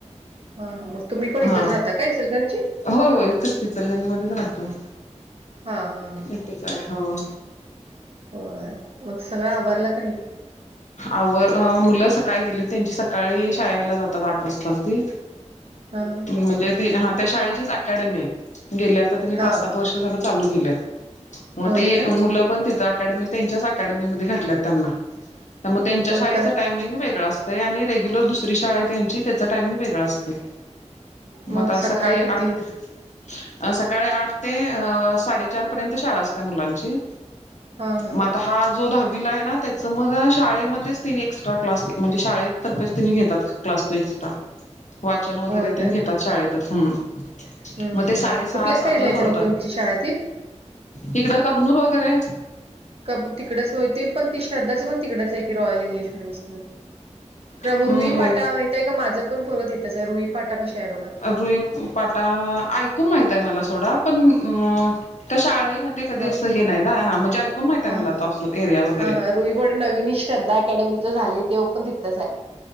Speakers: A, on the right; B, on the left.
A: हां हां, मग तुम्ही पण
B: हा
A: इथच राहता काय इचलकरंजीत?
B: होय होय इथंच इचलकरंजी मध्येच राहतोय.
A: हा हा
B: इथेच आहे हो
A: होय. मग सगळं आवरलं की नाही?
B: आव अं मुलं सकाळी गेली. त्यांची सकाळी शाळेला जातात आठ वाजताच ते.
A: हा हा
B: म्हणजे ती हा त्या शाळेचीच अकॅडमी आहे. गेली आता तिनी पाच
A: हा
B: सात वर्ष झाल चालू केलीया. म
A: होय
B: ते
A: काय
B: मुल पण तिथं अकॅडमी त्यांच्याच अकॅडमी अकॅडमीमध्ये घातल्या त्यांना. त्यामुळे त्यांच्या
A: होय
B: शाळेचं
A: काय
B: टायमिंग वेगळ असत तय आणि रेग्युलर दुसरी शाळा आहे त्यांची त्याच टायमिंग वेगळां असतोय. म
A: मग
B: आता सकाळी
A: किती
B: आठ अ सकाळी आठ ते अ साडेचार पर्यंत शाळा असत्या मुलांची.
A: ह ह.
B: म आता हा जो दहावीला आहे ना त्याच मग शाळेमध्येच तिन एक्स्ट्रा क्लास म्हणजे शाळेतर्फेच तिने घेतात. क्लास ते एक्स्ट्रा. वाचन वगैरे
A: होय
B: तेन
A: काय
B: घेतात शाळेतच. हं.
A: हम्म
B: म
A: हम्म
B: ते साडे
A: हम्म
B: सहा,
A: कुठल्या साईडला
B: सात ला
A: येते
B: सोडतात.
A: मग तुमची शाळा ती
B: इकडं कबनूर वगैरे.
A: कप तिकडेच होती पण ती श्रद्धाची पण तिकडच आहे की रॉयल इंग्लिश मिडयम स्कूल मग
B: अं,
A: रुईपाटा
B: होय
A: माहितय आहे का? माझं पण पोरग तिथच आहे रुईपाटा पाशीआहे बघा.
B: रुई पाटा ऐकून माहितय मला सोडा पण त्या शाळेमध्ये कधी
A: प्र-
B: असं हे नाहीना ह म्हणजे ऐकून माहितय मला
A: हा हा
B: तो असं एरिया वगैरे.
A: हा हा रुई बड नवीन श्रद्धा अकॅडमीच झाले ते ओपन तिथंच आहे.